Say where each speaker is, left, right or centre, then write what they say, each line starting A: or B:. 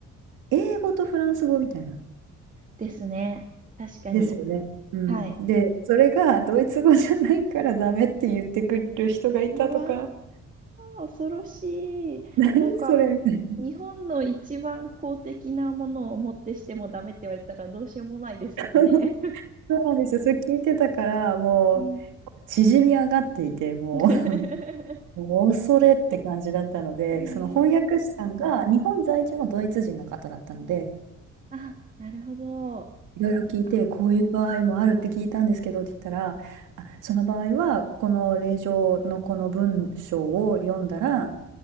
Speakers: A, on the right; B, on the right.
A: 英語とフランス語みたいな、
B: ですね。確かに。
A: ですよね。うん。
B: はい。
A: で、それがドイツ語じゃないからダメって言ってくる人がいたとか、
B: うわ
A: <laughs>
B: ー、恐ろしい。
A: 何それみたいな。
B: なんか、日本の一番公的なものをもってしてもダメって言われたらどうしようもないですよね。
A: <laughs> そうなんですよ。それ聞いてたから、もう、
B: うん。
A: こう縮み上がっていて、も
B: <laughs>
A: う、もう恐れって感じだったので、
B: へ
A: その翻訳師さんが日本在住のドイツ人の方だったので、
B: え。あ、なるほど。
A: いろいろ聞いて、
B: あ
A: こういう場合もあるって聞いたんですけどって言ったら、あ、その場合は、この令状のこの文章を読んだら、